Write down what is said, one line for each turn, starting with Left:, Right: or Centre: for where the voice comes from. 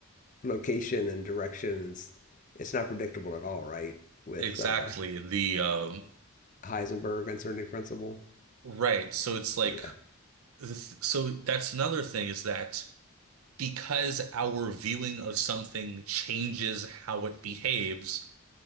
Left: location and direction, and it's not predictable at all, right? With
Right: Exactly.
Left: uh,
Right: The um
Left: Heisenberg uncertainty principle.
Right: right. So it's like
Left: Yeah.
Right: the th- so that's another thing is that because our viewing of something changes how it behaves,